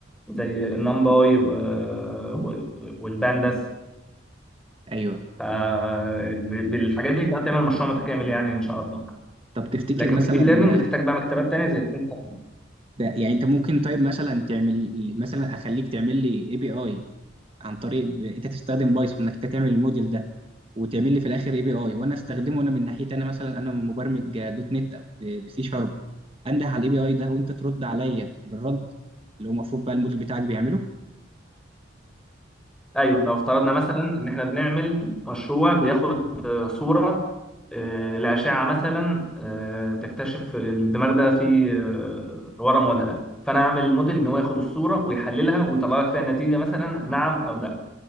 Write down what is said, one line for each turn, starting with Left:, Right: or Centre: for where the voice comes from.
Centre: زي النمباي و... و... والبانداس
Right: ايوه
Centre: ف- ب- بالحاجات دي تقدر تعمل مشروع متكامل يعني ان شاء الله
Right: طب تفتكر
Centre: لكن
Right: مثلا
Centre: في الديب ليرنينج بتحتاج
Right: آه،
Centre: بقى مكتبات تانية زي التنس-
Right: ده يعني انت ممكن طيب مثلا تعمل مثلا اخليك تعمل لي اي بي اي عن طريق ب- انت تستخدم بايثون انك انت تعمل الموديل ده وتعمل لي في الاخر اي بي اي وانا استخدمه انا من ناحيتي انا مثلا انا مبرمج آه، دوت نت او بسي شارب انده على الاي بي اي ده وانت ترد عليا بالرد اللي هو المفروض بقى الموديل بتاعك بيعمله
Centre: ايوه لو افترضنا مثلا ان احنا بنعمل مشروع بياخد آه، صورة آه، لأشعة مثلا آه، تكتشف الدماغ ده فيه آه، ورم ولا لا فانا اعمل موديل ان هو ياخد الصورة ويحللها ويطلع لك فيها نتيجة مثلا نعم او لا